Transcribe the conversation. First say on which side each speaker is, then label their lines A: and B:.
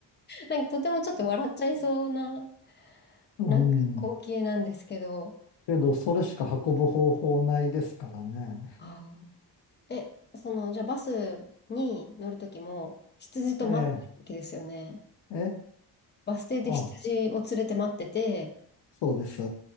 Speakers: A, on the left (about 30°); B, on the left (about 85°).
A: なんかとてもちょっと笑っちゃいそうな、
B: うん
A: なんか光景なんですけど。
B: けど、それしか運ぶ方法ないですからね。
A: あーえ、その、じゃあバスに乗るときも羊と待ってるわけですよね。
B: ええ、え、
A: バス停で羊を連れて待ってて、
B: あ、そうです。